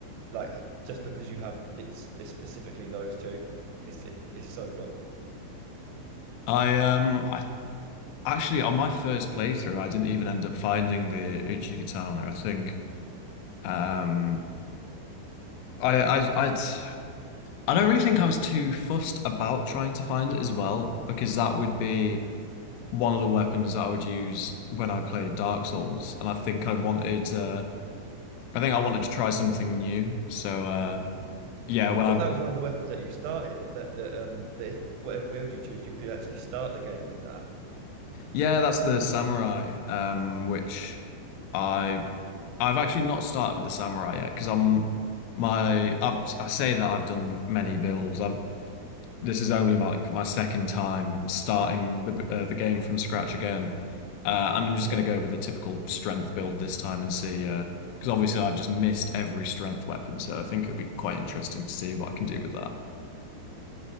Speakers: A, on the right (about 80°); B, on the left (about 85°).
A: like just because you have it's, it's specifically those two. It's it's so cool.
B: I um I Actually, on my first playthrough, I didn't even end up finding the Uchi Katana. I think um, I, I, I'd, I don't really think I was too fussed about trying to find it as well, because that would be one of the weapons that I would use when I played Dark Souls, and I think I wanted, uh, I think I wanted to try something new. So uh, yeah, when
A: I thought
B: I,
A: that was one of the weapons that you started that that um that if whatever build you choose, you could actually start the game with that.
B: yeah, that's the samurai, um, which. I I've actually not started with the samurai yet because I'm my I, I say that I've done many builds. I've this is only my, like my second time starting the uh, the game from scratch again, uh, and I'm just
A: Yeah.
B: going to go with a typical strength build this time and see. Uh, because obviously I've just missed every strength weapon, so I think it'll be quite interesting to see what I can do with that.